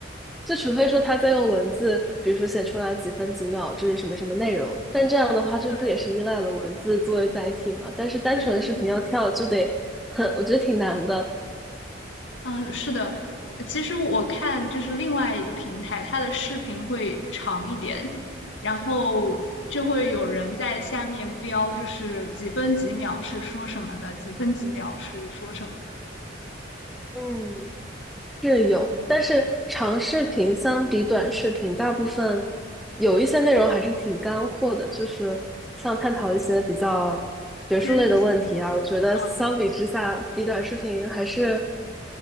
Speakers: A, in the centre; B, on the left.
A: 就除非说他在用文字，比如说写出来几分几秒，这是什么什么内容，但这样的话，这不也是依赖了文字作为载体吗？
B: 对
A: 但是单纯的视频要跳，
B: 对对
A: 就得很，我觉得挺难的。
B: 嗯，是的，其实我看就是另外一个平台，它的视频会长一点，然后就会有人在下面标，就是几分几秒是说什么的，几分几秒是说什么的，
A: 嗯，是有，但是长视频相比短视频，大部分有一些内容还是挺干货的，就是像探讨一些比较学术类的问题啊。
B: 知识性的。
A: 我觉得相比之下，
B: 嗯
A: 比短视频还是，